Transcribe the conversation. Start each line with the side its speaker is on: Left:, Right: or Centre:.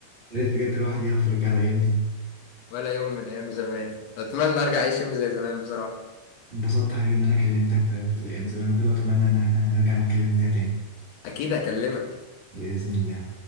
Right: يا ريت بجد الواحد يعرف يرجع الأيام دي
Left: ولا يوم من ايام زمان اتمنى ارجع اعيش يوم زي زمان بصراحه
Right: انبسطت يا حبيبي ان انا كلمتك في, في الايام زمان وكده واتمنى ان احنا نرجع نتكلم فيها تاني
Left: اكيد اكلمك
Right: بإذن الله